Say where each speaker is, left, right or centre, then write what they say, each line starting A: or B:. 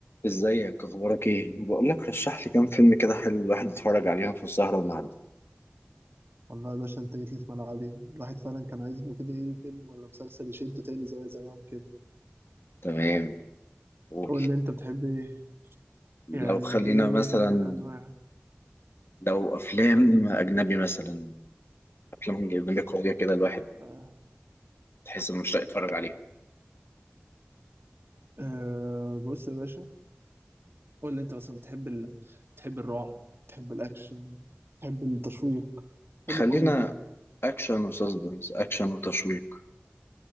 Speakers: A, on the left; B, on the right.
A: ازيك اخبارك ايه بقول لك رشح لي كام فيلم كده حلو الواحد يتفرج عليهم في السهرة النهاردة
B: والله يا باشا انت جيت لي في ملعبي الواحد فعلا كان عايز له كده ايه فيلم ولا مسلسل يشده تاني زي زمان كده
A: تمام قول
B: قول لي انت بتحب ايه
A: لو
B: يعني
A: خلينا
B: ايه
A: مثلا
B: الانواع
A: لو افلام اجنبي مثلا افلام اجنبي قوية كده الواحد
B: آه.
A: تحس انه مشتاق يتفرج عليها
B: آه بص يا باشا قول لي انت مثلا بتحب ال... بتحب الرعب بتحب الاكشن بتحب التشويق بتحب
A: خلينا
B: الكوميدي
A: اكشن وسسبنس اكشن وتشويق